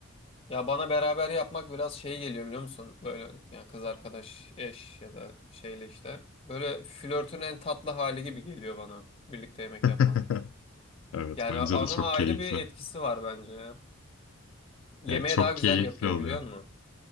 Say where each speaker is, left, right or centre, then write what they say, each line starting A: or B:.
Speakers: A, on the left (about 25°); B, on the left (about 70°).
A: Ya bana beraber yapmak biraz şey geliyor biliyor musun? Böyle ya kız arkadaş, eş ya da şeyle işte. Böyle flörtün en tatlı hali gibi geliyor bana birlikte yemek
B: <laughs>
A: yapmak.
B: Evet
A: Yani
B: bence
A: onun
B: de çok
A: ayrı
B: keyifli.
A: bir etkisi var bence ya. Yemeği
B: Yani çok
A: daha güzel
B: keyifli
A: yapıyor
B: oluyor.
A: biliyor musun?